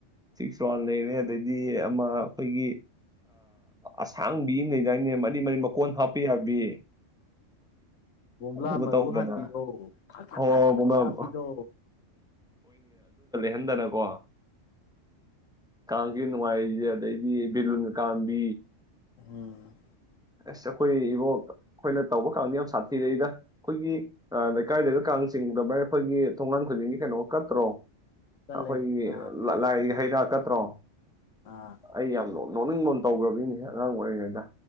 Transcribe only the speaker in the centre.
ꯁꯤꯛꯁ ꯋꯥꯟ ꯂꯩꯅꯦ ꯑꯗꯨꯗꯤ ꯑꯩꯈꯣꯏꯒꯤ ꯑꯁꯥꯡꯕꯤ ꯑꯃ ꯂꯩꯗꯥꯅꯦ ꯃꯔꯤ ꯃꯀꯣꯟ ꯍꯥꯞꯄ ꯌꯥꯕꯤ
ꯑꯗꯨꯒ
ꯇꯧꯗꯅ
ꯍꯣꯏ
ꯍꯣꯏ
ꯍꯗꯅꯀꯣ ꯀꯝ ꯅꯨꯡꯉꯥꯏꯔꯤꯁꯦ ꯑꯗꯩꯗꯤ ꯕꯦꯂꯨꯟ ꯀꯥꯝꯕꯤ
ꯑꯁ ꯑꯩꯈꯣꯏ ꯏꯕꯣ ꯑꯩꯈꯣꯏꯅ ꯇꯧꯕ ꯀꯥꯡꯗ ꯌꯥꯝ ꯁꯥꯊꯤꯔꯛꯏꯗ ꯑꯩꯈꯣꯏꯒꯤ ꯂꯩꯀꯥꯏ ꯂꯩꯕ ꯀꯥꯡ ꯆꯤꯡꯗ ꯃꯔꯅ ꯑꯩꯈꯣꯏꯒꯤ ꯊꯣꯡꯒꯥꯟ ꯈꯨꯗꯤꯡꯒꯤ ꯀꯩꯅꯣ ꯀꯠꯇ꯭ꯔꯣ
ꯑꯩꯈꯣꯏꯒꯤ
ꯂꯥꯏ ꯍꯩꯗꯥꯛ ꯀꯠꯇ꯭ꯔꯣ
ꯑꯩ ꯌꯥꯝ ꯅꯅꯤꯡ ꯇꯧꯒꯔꯕꯒꯤꯅꯤꯅꯦ ꯑꯉꯥꯡ ꯑꯣꯏꯔꯤꯉꯩꯗ